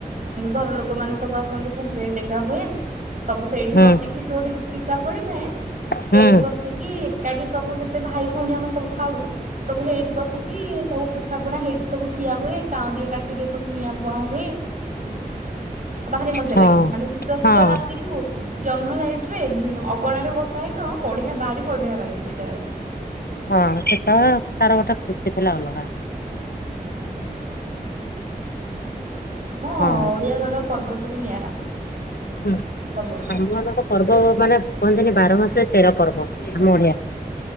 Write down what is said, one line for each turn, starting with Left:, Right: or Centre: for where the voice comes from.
Right: ଘର ଲୋକମାନେ ସବୁ ଆସନ୍ତି ପୁମ୍ପେଇ ଟେକା ହୁଏ। ସବୁ ସେଇଠି
Left: ହୁଁ
Right: ବସିକି ଯୋଉଠି ଚି ଚିତା ପଡିଥାଏ
Left: ହଁ
Right: ସେଇଠି ବସିକି ଏକାଠି ସବୁ ଯେତେ ଭାଇ ଭଉଣୀ ଆମେ ସବୁ ଥାଉ ସବୁ ହେଇଠି ବସିକି ସବୁ ପିଠା ପଣା ହେଇଠି ସବୁ ଖିଆ ହୁଏ କାଉଁରିଆ କାଠିରେ ସବୁ ନିଆଁପୁଆଁ ହୁଏ। ଭାରି ମଜା
Left: ହଁ
Right: ଲାଗେ ମାନେ ଶୀତୁଆ
Left: ହଁ
Right: ଶୀତୁଆ ରାତିକୁୁ ଜହ୍ନ ଲାଇଟ୍ ରେ ଉଁ ଅଗଣାରେ ବସା ହେଇଥିବ ବଢିଆ ବାରି ବଢିଆ ଲାଗେ ସେତେବେଳେ।
Left: ହଁ ସେତେବେଳେ ତାର ଗୋଟେ ଖୁସି ଥିଲା ଅଲଗା।
Right: ହୁଁ। ଆମ
Left: ହଁ
Right: ଓଡିଆ ଘର ପର୍ବ ସବୁ ନିଆରା।
Left: ହୁଁ
Right: ସବୁଠୁ
Left: ଆମମାନଙ୍କ ପର୍ବ ମାନେ କୁହନ୍ତିନି ବାର ମାସେ ତେର ପର୍ବ ଆମ ଓଡ଼ିଆ